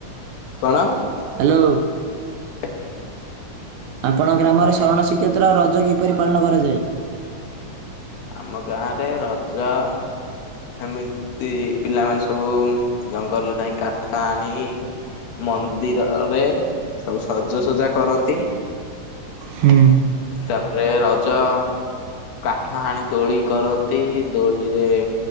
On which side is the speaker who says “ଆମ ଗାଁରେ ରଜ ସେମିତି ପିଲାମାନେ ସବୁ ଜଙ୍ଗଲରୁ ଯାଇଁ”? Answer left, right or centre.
Left